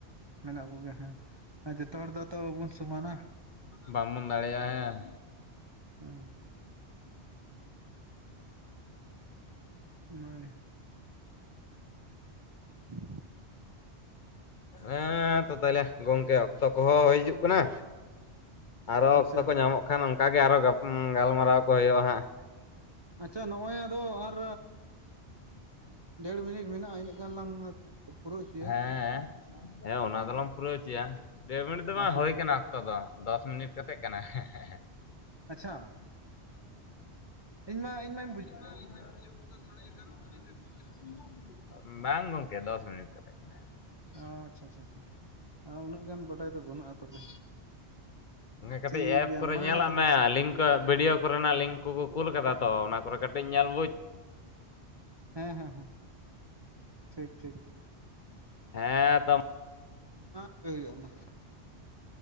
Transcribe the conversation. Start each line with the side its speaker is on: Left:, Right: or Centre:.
Right: ᱢᱮᱱᱟᱜ ᱠᱚᱜᱮᱭᱟ ᱦᱮᱸ ᱡᱚᱛᱚ ᱦᱚᱲ ᱫᱚ ᱛᱚ ᱵᱚᱱ ᱥᱚᱢᱟᱱᱟᱹ
Left: ᱵᱟᱢᱵᱚᱱ ᱫᱟᱲᱮᱭᱟᱜᱼᱟ ᱦᱮᱸ
Right: ᱦᱮᱸ ᱚᱱᱟᱮ <inaudible>
Left: ᱦᱮᱸ ᱛᱚ ᱛᱟᱦᱞᱮ ᱜᱚᱝᱠᱮ ᱚᱠᱛᱚ ᱠᱚᱦᱚᱸ ᱦᱤᱡᱩᱜ ᱠᱟᱱᱟ ᱟᱨᱚ
Right: ᱟᱪᱪᱷᱟ
Left: ᱚᱠᱛᱚ ᱠᱚ ᱧᱟᱢᱚᱜ ᱠᱟᱱᱟ᱾ ᱵᱟᱠᱷᱟᱱ ᱚᱱᱠᱟᱟᱜ ᱜᱮ ᱟᱨᱚ ᱜᱟᱞᱢᱟᱨᱟᱣ ᱠᱚ ᱦᱩᱭᱩᱜᱼᱟ ᱦᱟᱸᱜ
Right: ᱟᱪᱪᱷᱟ ᱱᱚᱜᱼᱭ ᱟᱫᱚ ᱟᱨ ᱫᱮᱲ ᱢᱤᱱᱤᱴ ᱢᱮᱱᱟᱜᱼᱟ ᱤᱱᱟᱹᱜ ᱜᱟᱱ ᱞᱟᱝ ᱯᱩᱨᱟᱹᱣ ᱦᱚᱪᱚᱭᱟ
Left: ᱦᱮᱸ ᱦᱮᱸ ᱚᱱᱟ ᱫᱚᱞᱟᱸᱜ ᱯᱩᱨᱟᱹᱣ ᱦᱚᱪᱚᱭᱟ ᱫᱮ ᱢᱤᱱᱤᱴ ᱫᱚ
Right: ᱚ
Left: ᱵᱟᱝ
Right: ᱦᱚᱸ
Left: ᱦᱩᱭ ᱟᱠᱟᱱ ᱚᱠᱛᱚ ᱫᱚ ᱫᱚᱥ ᱢᱤᱱᱤᱴ ᱠᱟᱛᱮᱜ ᱠᱟᱱᱟ ᱦᱮᱸ-ᱦᱮᱸ
Right: ᱟᱪᱪᱷᱟ ᱤᱧ ᱢᱟ ᱤᱧ ᱢᱟ
Left: ᱤᱧ ᱢᱟ ᱤᱧ ᱢᱟ ᱵᱩᱡᱷᱟᱹᱣ ᱠᱮᱫᱟ ᱥᱟᱲᱮ ᱮᱜᱟᱨᱚ ᱢᱤᱱᱤᱴ ᱵᱟᱡᱮ ᱫ ᱵᱟᱝ ᱜᱚᱝᱠᱮ ᱫᱚᱥ ᱢᱤᱱᱤᱴ ᱠᱟᱛᱮ ᱠᱟᱱᱟ᱾
Right: ᱚ ᱟᱪᱪᱷᱟ ᱟᱪᱪᱷᱟ ᱟᱪᱷᱟ ᱩᱱᱟᱹᱜ ᱜᱟᱱ ᱵᱟᱰᱟᱭ ᱫᱚ ᱵᱟᱹᱱᱩᱜᱼᱟ ᱛᱚᱵᱮ
Left: ᱠᱟᱹᱴᱤᱡ
Right: ᱴᱷᱤᱠ
Left: ᱮᱯ
Right: ᱜᱮᱭᱟ
Left: ᱠᱚᱨᱮ
Right: ᱢᱟ
Left: ᱧᱮᱞᱟ
Right: ᱛᱚᱵᱮ
Left: ᱢᱮ ᱞᱤᱝ ᱵᱷᱤᱰᱭᱳ ᱠᱚᱨᱮᱱᱟᱜ ᱞᱤᱝᱠ ᱠᱚᱠᱚ ᱠᱩᱞ ᱠᱟᱫᱟ ᱛᱚ ᱚᱱᱟ ᱠᱚᱨᱮ ᱠᱟᱹᱴᱤᱡ ᱧᱮᱞ ᱵᱩᱡᱽ
Right: ᱦᱮᱸ ᱦᱮᱸ ᱦᱮᱸ ᱴᱷᱤᱠ ᱴᱷᱤᱠ
Left: ᱦᱮᱸ ᱛ
Right: ᱢᱟᱯᱮ ᱦᱩᱭᱩᱜᱼᱟ ᱢᱟ